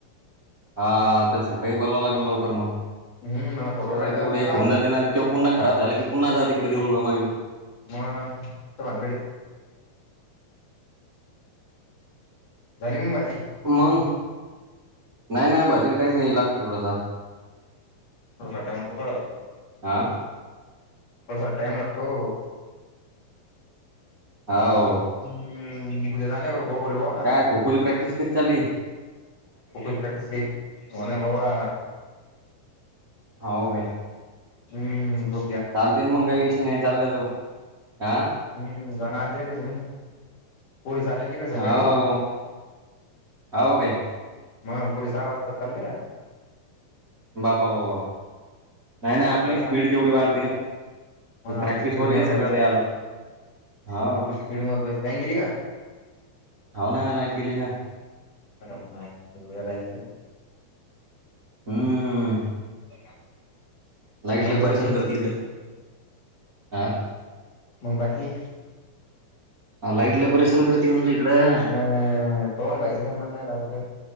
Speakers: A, on the right; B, on the left.
A: हा तर सकाळी बलावावं लागेल लवकर मग
B: हम्म मला फोटो
A: कसं
B: काढायचा
A: आहे ते कुठे
B: आला तर
A: एक
B: चाल
A: होऊन जाते ना तेो पुन्हा खराब झालं की पुन्हा जा तिकडे देळ गमाहिलं
B: मग य भानगडी झाले मग भाजी
A: मग नाही नाही भाजील टाईम लागते थोडासा
B: त सठय पघ
A: आा
B: ळस टाईम लागतो
A: हो
B: हम्म <unintelligible> <unintelligible>
A: काय खो खो ची प्रॅक्टिस कशी चाल्ली.
B: खो खो ची प्रॅक्टिस हे, हो ना बाबा.
A: हाव वे
B: हम्म दो
A: चालते ना मंग काही विषय नाही चालल्या जाऊ आं
B: हम्म जाणं आर्जेंटच हे ना पोलीस आल्या ना तिकडं सकाळी
A: हो हो काय
B: म पोरी सहा वाजताच चाल्या?
A: बापा बाबा नाही नाही आपली
B: आपलं
A: स्पीड
B: काय
A: तेवढी वाढती ना
B: मग
A: प्रॅक्टिस
B: आपली स्पीड
A: वर हे
B: महत्वाची
A: सगळं लय आता हावं
B: आपली स्पीड महत्वाची लाईन गेली का
A: हावं ना, लाईट गेली ना.
B: अग माय, वेळ नाही इथे
A: हम्म
B: <inaudible>
A: लाईट
B: मग
A: लय
B: बाकी
A: परेशान करती इकडं आं
B: मंग बाकी
A: लाईट लय परेशान कर ती म्हणली इकडं
B: पाव्हणं, पवनभाईचं काय म्हणणं हाय राव,